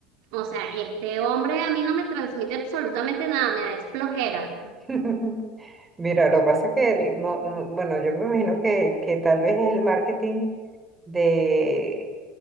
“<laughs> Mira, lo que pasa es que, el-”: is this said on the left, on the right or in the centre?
Right